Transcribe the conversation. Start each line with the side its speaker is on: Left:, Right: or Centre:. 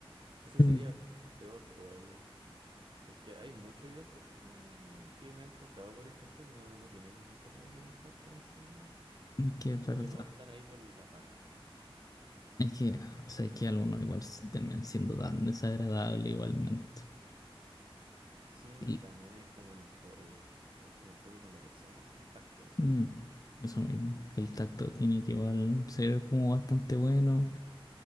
Right: eso sería
Left: Mm,
Right: peor todavía. Porque hay muchos ayudantes que no, que me han tocado, por ejemplo, que no, no tienen mucha como voluntad para enseñar.
Left: Es que es
Right: Como
Left: verdad.
Right: que nomás están ahí por la paga, nada más.
Left: Es que, o sea, es que algunos igual s- terminan siendo tan desagradable igualmente.
Right: Sí,
Left: Y
Right: también es como el, to- el, ¿cómo se dice? Como el toque con la persona, sí, tacto, eso.
Left: mm, eso mismo, que el tacto tiene que igual ser como bastante bueno.